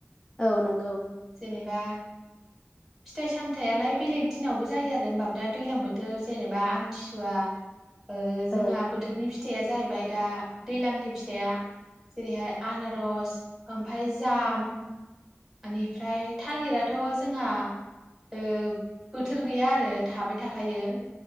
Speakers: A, on the left; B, in the centre.
A: औ नंगौ
B: जेनेबा फिथाइ सामथायालाय बेलेग दिनावबो जायो आरो होनबादा दैलां बोथोर जेनेबा आमथिसुवा ओ
A: औ
B: जोंहा बोथोरनि फि फिथाइया जाहैबाय दा दैज्लांनि फिथाइया जेरैहाय आनारस ओमफाय जाम ओनिफ्राय थालिराथ' जोंहा ओ बोथोर गैया आरो थाबाय थाखायो